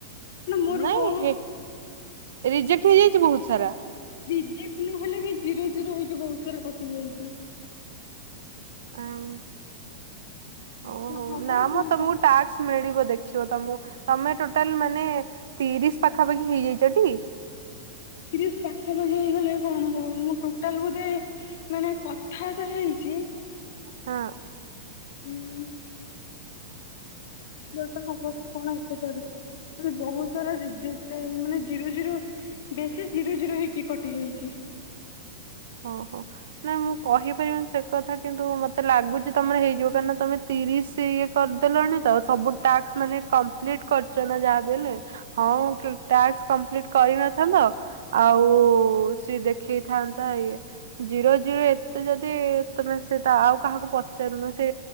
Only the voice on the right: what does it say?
ନାଇଁ
ହେ, ରିଜେକ୍ଟ ହେଇଯାଇଛି ବହୁତ ସାରା।
ଆ-ଆ-ମ୍ ଓହୋ
ନା
ମ ତମକୁ
ଟାକ୍ସ ମିଳିବ ଦେଖ ଦେଖିବ ତମୁ ତମେ ଟୋଟାଲ ମାନେ ତିରିଶ ପାଖାପାଖି ହେଇଯାଇଛଟି?
ହଁ,
ଓହୋ ନାଇଁ ମୁଁ କହିପାରିବିନି ସେ କଥା କିନ୍ତୁ ମତେ ଲାଗୁଛି ତମର ହେଇଯିବ କାରଣ ତମେ ତିରିଶ ଇଏ କରିଦେଲଣି ତ ସବୁ ଟାକ୍ସ୍ ମାନେ କମ୍ପ୍ଲିଟ କରିଛ ନା ଯାହା ବି ହେଲେ। ହଁ ଉ କି ଟାକ୍ସ କମ୍ପ୍ଲିଟ କରିନଥାନ୍ତ ଆଉ-ଉ-ଉ-ଉ ସିଏ ଦେଖେଇଥା ଆନ୍ତା ଇଏ ଜିରୋ ଜିରୋ ଏତେ ଯଦି ତମେ ସେତା ଆଉ କାହାକୁ ପଚାରୁନ ସେ